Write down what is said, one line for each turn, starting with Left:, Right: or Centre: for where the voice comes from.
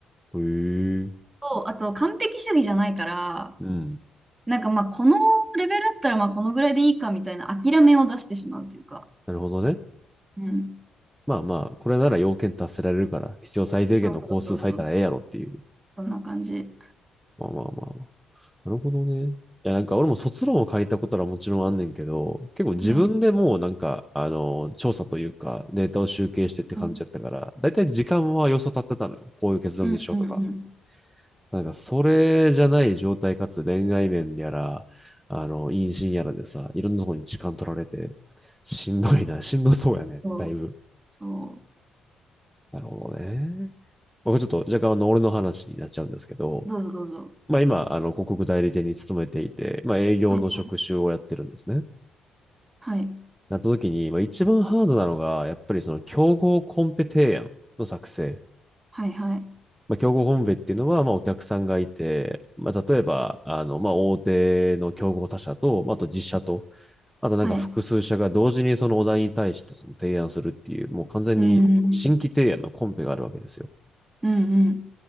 Centre: へえ。
Right: と、あと、完璧主義じゃないから、
Centre: うん。
Right: なんかまあ、このレベルだったらまあ、このぐらいでいいかみたいな諦めを出してしまうというか。
Centre: なるほどね。
Right: うん。
Centre: まあまあ、これなら要件達せられるから、必要最低限の工数割いたらええやろっていう。
Right: そうそうそうそうそう。そんな感じ。
Centre: まあまあまあまあ。なるほどね。いや、なんか俺も卒論を書いたことはもちろんあんねんけど、結構自分でもうなんか、
Right: うん。
Centre: あの、調査というか、データを集計してって感じやったから、
Right: うん。
Centre: だいたい時間は予想立ってたのよ。こういう結論にしようとか。
Right: うんうんうん。
Centre: なんか、それじゃない状態かつ恋愛面やら、あの、妊娠やらでさ、いろんなとこに時間取られて、しんどいな、<laughs> しんどそうやね。
Right: そう。
Centre: だいぶ。
Right: そ
Centre: なるほどね。まあこれちょっと若干あの、俺の話になっちゃうんですけど、
Right: う。どうぞどうぞ。
Centre: まあ今、あの、広告代理店に勤めていて、まあ営業の職種をやってるんですね。
Right: はいはい。
Centre: なった時に、まあ一番ハードなのが、やっぱりその競合コンペ提案の作成。
Right: はいはい。
Centre: まあ競合コンペっていうのは、まあお客さんがいて、まあ例えば、あの、まあ大手の競合他社と、まああと実社と、あとなんか複数社が同時にそのお題に対してその提案するっていう、
Right: はい。
Centre: もう完全に新規提案のコンペがあるわけですよ。
Right: うん。うんうん。